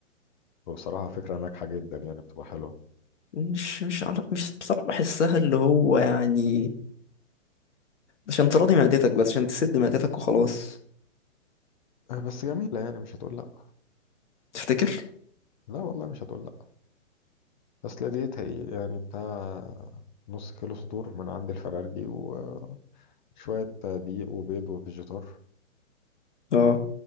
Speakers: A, on the left (about 35°); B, on the left (about 65°).
A: وبصراحة فكرة ناجحة جدا يعني بتبقى حلوة
B: مش مش على مش بصراحه بحسها اللي هو يعني عشان تراضي معدتك بس عشان تسد معدتك وخلاص
A: آه بس جميلة يعني مش هتقول لا
B: تفتكر
A: لا والله مش هتقول لا بس لا ديت هي يعني بتاع نص كيلو صدور من عند الفرارجي وشوية دقيق وبيض وفيجيتار
B: اه